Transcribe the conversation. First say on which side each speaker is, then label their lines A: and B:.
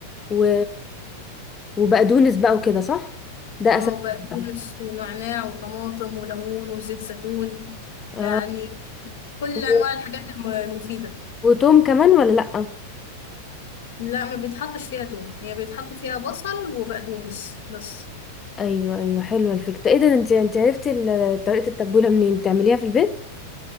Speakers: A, on the left (about 20°); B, on the left (about 55°).
A: و... وبقدونس بقى وكده صح ده
B: اه
A: اساس
B: بقدونس
A: بقى.
B: ونعناع وطماطم وليمون وزيت زيتون
A: آه.
B: يعني كل
A: و-
B: انواع الحاجات الم- المفيده
A: وتوم كمان ولا لأ
B: لا ما بيتحطش فيها توم هي بيتحط فيها بصل وبقدونس بس
A: ايوه ايوه حلوه الفكره ايه ده انت انت عرفتي ال- طريقه التبوله منين بتعمليها في البيت